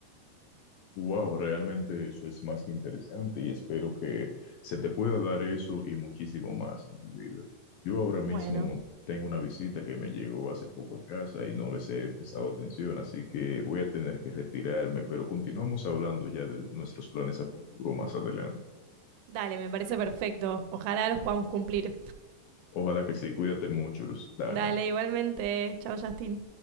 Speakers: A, on the left (about 75°); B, on the right (about 80°).
A: Wow, realmente eso es más que interesante y espero que se te pueda dar eso y muchísimo más en tu vida. Yo ahora mismo
B: Bueno,
A: tengo una visita que me llegó hace poco a casa y no les he prestado atención, así que voy a tener que retirarme, pero continuamos hablando ya de nuestros planes a futuro más adelante.
B: dale, me parece perfecto. Ojalá los podamos cumplir.
A: Ojalá que sí, cuídate mucho, Luz Dana.
B: Dale, igualmente. Chao, Justin.